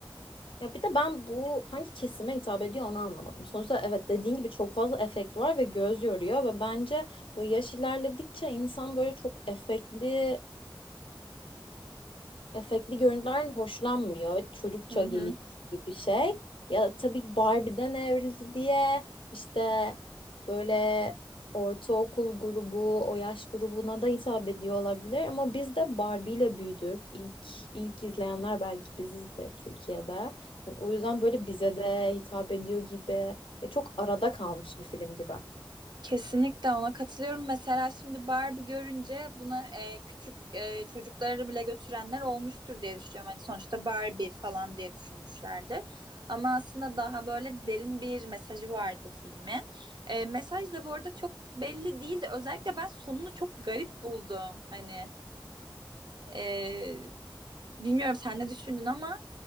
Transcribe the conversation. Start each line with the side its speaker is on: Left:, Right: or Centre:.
Left: Ya bir de ben bu hangi kesime hitap ediyor onu anlamadım. Sonuçta evet dediğin gibi çok fazla efekt var ve göz yoruyor ve bence böyle yaş ilerledikçe insan böyle çok efektli efektli görüntülerden hoşlanmıyor. Çocukça
Right: Hı
Left: geliyor
Right: hı.
Left: gibi bir şey. Ya tabii Barbie'den evrildi diye işte böyle ortaokul grubu, o yaş grubuna da hitap ediyor olabilir ama biz de Barbie ile büyüdük. İlk ilk izleyenler belki bizizdir Türkiye'de. Yani o yüzden böyle bize de hitap ediyor gibi. Ya çok arada kalmış bir film gibi.
Right: Kesinlikle ona katılıyorum. Mesela şimdi Barbie görünce buna e, küçük e, çocukları bile götürenler olmuştur diye düşünüyorum. Hani sonuçta Barbie falan diye düşünmüşlerdir. Ama aslında daha böyle derin bir mesajı vardı filmin. E, mesaj da bu arada çok belli değildi. Özellikle ben sonunu çok garip buldum. Hani e, bilmiyorum sen ne düşündün ama.